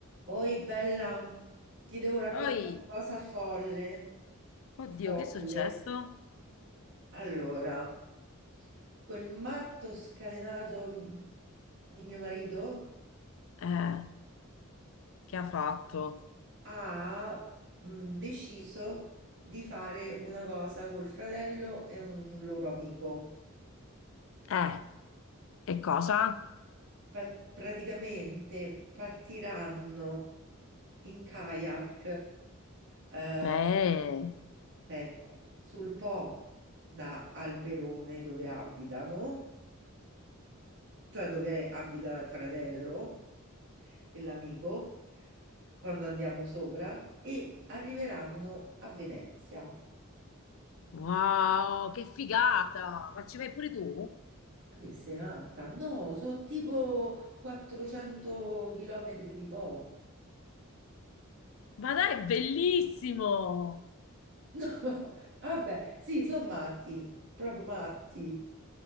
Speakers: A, on the right; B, on the left.
A: Oi bella, ti devo raccontare
B: Poi,
A: una cosa folle.
B: oddio,
A: Folle.
B: che è successo?
A: Allora, quel matto scatenato mh, di mio marito
B: Eh, che ha fatto?
A: ha mh, deciso di fare una cosa col fratello e un loro amico.
B: Eh, e cosa?
A: par- praticamente partiranno in kayak, eh,
B: Eh,
A: aspetta, sul Po da Alberone dove abitano, cioè dove abita il fratello e l'amico, quando andiamo sopra, e arriveranno a Venezia.
B: wow, che figata! Ma ci vai pure tu?
A: Ma che sei matta? No, sono tipo 400 chilometri di Po.
B: Ma dai, è bellissimo!
A: No, <laughs> vabbè, sì, sono matti, proprio matti.